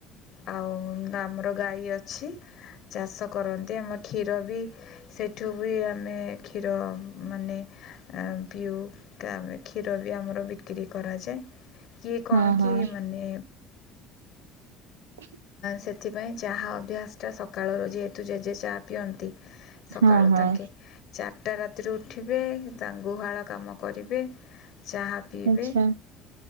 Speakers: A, on the left (about 60°); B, on the right (about 80°).
A: ଆଉ ଆମର ଗାଈ ଅଛି। ଚାଷ କରନ୍ତି ଆମ କ୍ଷୀର ବି ସେଠୁ ବି ଆ ଆମେ କ୍ଷୀର ଏଁ ମାନେ ପିଉ। କା ଆମେ କ୍ଷୀର ବି ଆମର ବିକ୍ରି କରାଯାଏ କିଏ
B: ହଁ
A: କଣ
B: ହଁ
A: କି ମାନେ
B: ହ
A: ସେଥିପାଇଁ ଚାହା ଅଭ୍ୟାସଟା ସକାଳରୁ ଯେହେତୁ ଜେଜେ ଚାହା ପିଅନ୍ତି ସକାଳୁ
B: ହଁ ହଁ।
A: ତାଙ୍କେ ଚାରିଟା ରାତିରୁ ଉଠିବେ ତାଙ୍କ ଗୁହାଳ କାମ କରିବେ ଚାହା ପିଇବେ
B: ଆଚ୍ଛା